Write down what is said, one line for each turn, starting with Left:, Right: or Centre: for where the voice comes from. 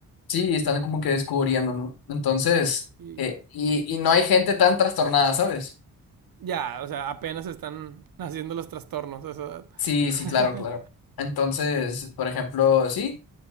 Left: Sí, están como que descubriendo, ¿no? Entonces.
Right: Sí.
Left: eh, y, y no hay gente tan trastornada, ¿sabes?
Right: Ya, o sea, apenas están haciendo los trastornos a esa edad.
Left: Sí,
Right: <laughs>
Left: sí, claro, claro. Entonces, por ejemplo, sí.